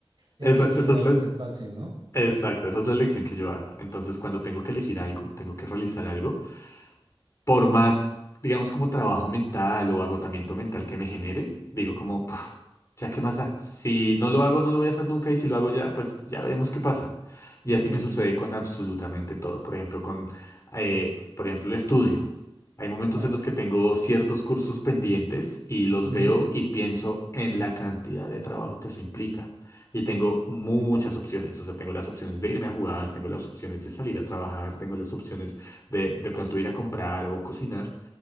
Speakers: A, on the right (about 55°); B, on the left (about 30°).
A: Ya
B: Esa,
A: que chingados
B: esa es la,
A: que pase, ¿no?
B: exacto, esa es la elección que yo hago. Entonces, cuando tengo que elegir algo, tengo que realizar algo, por más, digamos, como trabajo mental o agotamiento mental que me genere, digo como, Ya, ¿qué más da? Si no lo hago, no lo voy a hacer nunca y si lo hago ya, pues ya veremos qué pasa. Y
A: Ujú,
B: así me sucede con absolutamente todo. Por ejemplo, con, eh, por ejemplo, el estudio. Hay momentos
A: Claro,
B: en los que tengo ciertos cursos pendientes y los
A: ujú,
B: veo y pienso en la cantidad de trabajo que eso implica. Y tengo muchas opciones. O sea, tengo las opciones de irme a jugar, tengo las opciones de salir a trabajar, tengo las opciones de de pronto ir a comprar o cocinar.